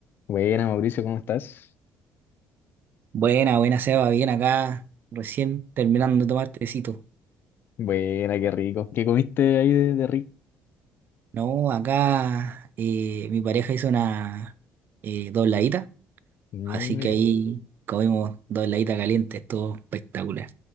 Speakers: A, on the left; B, on the right.
A: Buena, Mauricio, ¿cómo estás?
B: Buena, buena Seba, bien acá, recién terminando de tomar tecito.
A: Buena, qué rico. ¿Qué comiste ahí de, de rico?
B: No, acá eh, mi pareja hizo una eh, dobladita,
A: Mira,
B: así que ahí comimos dobladita caliente, estuvo espectacular.